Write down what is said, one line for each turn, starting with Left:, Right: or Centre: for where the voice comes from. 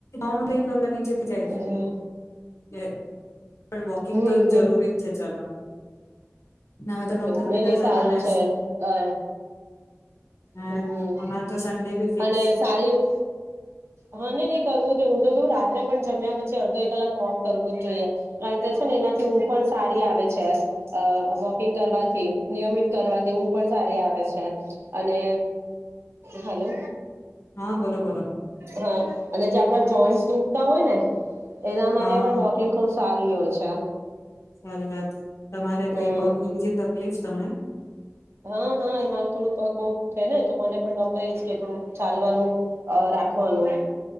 Left: <unintelligible> <unintelligible>
Right: હમ
Left: પણ વોકિંગ
Right: હમ
Left: તો જરૂરી જ છે ચાલવાનું ને હવે તો ડોક્ટર
Right: મેને
Left: પેલા
Right: સારું
Left: આપણને
Right: છે અ
Left: હા
Right: હમ
Left: અમારે તો સન્ડે બી ફિક્સ
Right: અને સારી હા નઈ નઈ કરવું જોઈએ હુંતો કેવું રાત્રે પણ જમ્યા પછી અડધો એક કલાક વોક કરવું જ જોઈએ કારણ કે છે ને એનાથી ઊંઘ પણ સારી આવે છે અ વોકિંગ કરવાથી નિયમિત કરવાથી ઊંઘ પણ સારી આવે છે. અને હલો
Left: હા બોલો બોલો
Right: હા અને જે આપડા જોઈન્ટસ દુખતા હોયને એના માટે
Left: હા
Right: પણ વોકિંગ કોસ સારું એવાય છે.
Left: સારી વાત તમારે
Right: હમ
Left: કઈ પગની બીજી તક લીફ તમને
Right: હા હા એ મારું થોડુંક પગ બોઉ દુખેને તો મને પણ ડૉક્ટરે એજ કેધું ચાલવાનું અ રાખવાનું